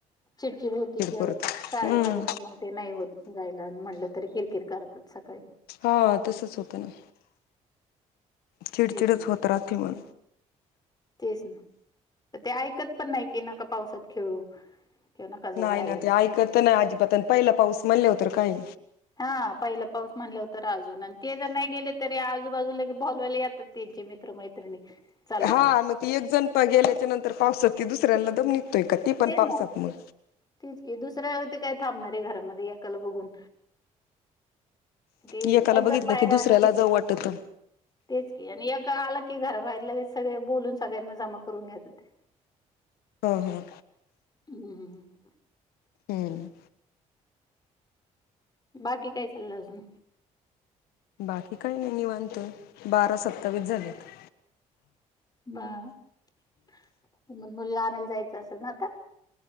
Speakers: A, on the left (about 25°); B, on the left (about 80°).
A: चिडचिड होती किं
B: परत
A: शाळेमध्ये
B: हम्म
A: पण मग ते नाही होत जायला. म्हटलं तरी किरकिर करतात सकाळी.
B: हा तसच होतं ना. चिडचिडच
A: तेच ना.
B: होत राहती म्.
A: तेच ना. त ते ऐकत पण नाही की नका पावसात खेळू. किंवा नका जाऊ
B: नाही
A: बाहेर.
B: ना ते ऐकत नाही अजिबातन, पहिला पाऊस म्हणले वर तर काय
A: हा पहिला पाऊस म्हनल्यावर तर अजूनच आण ते जर नाही गेले तरी आजूबाजूलागे बोलवायला येतात. त्यांचे मित्र मैत्रिणी. चला
B: हा मग ती एक जण प गेल्याच्या नंतर पावसात. ते दुसऱ्यांला दम निघतोय का मग ती पण
A: तेच
B: पाऊसात
A: ना
B: मग.
A: तेच की, दुसऱ्या ते काय थांबणारे घरामध्ये. एकाला बघून. ते
B: एकाला
A: व
B: बघितलं
A: जर बाहेर
B: की दुसऱ्याला
A: आले कि तेच
B: जाऊ वाटत
A: की, आणि एक आलं की घराबाहेर लगे सगळे बोलून सगळ्यांना जमा करून घेता ते.
B: हं हं.
A: हम्म हम्म हम्म.
B: हम्म.
A: बाकी काय चाललं अजून?
B: बाकी काही नाही निवांत. बारा सत्तावीस झालेत.
A: बा. तुम्हाला मुलीला आणायला जायचं असेल ना आता?